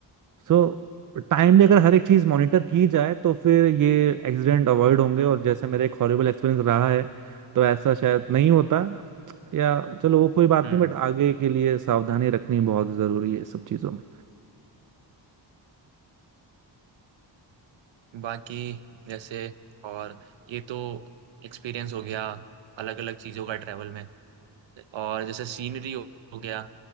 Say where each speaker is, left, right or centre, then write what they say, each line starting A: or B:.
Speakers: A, on the right; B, on the right.
A: सो टाइमली अगर हर एक चीज मॉनिटर की जाए तो फिर ये एक्सीडेंट अवॉइड होंगे
B: हम्म
A: और जैसे मेरा एक हॉरिबल एक्सपीरियंस रहा है तो ऐसा शायद नहीं होता या
B: हम्म,
A: चलो वो कोई बात
B: हम्म
A: नहीं बट आगे के लिए सावधानी रखनी बहुत जरूरी है सब चीजों में
B: बाकी जैसे और ये तो एक्सपीरियंस हो गया अलग अलग चीज़ों का ट्रैवल में और जैसे सीनरी हो, हो गया